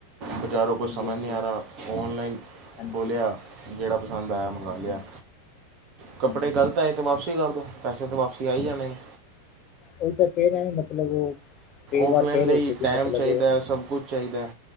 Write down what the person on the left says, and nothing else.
ਹਾਂਜੀ-ਹਾਂਜੀ,
ਹਾਂਜੀ,
ਹੂੰ-ਹੂੰ,
ਹਾਂਜੀ। ਹੂੰ,
ਹੂੰ,
ਹਾਂਜੀ
ਉਹੀ ਤਾਂ ਕਹਿ ਰਿਹਾ ਮਤਲਬ ਉਹ ਕਈ ਵਾਰ
ਕਹਿ ਰਹੇ
ਸੀਗੇ
ਮਤਲਬ
ਉਹੀ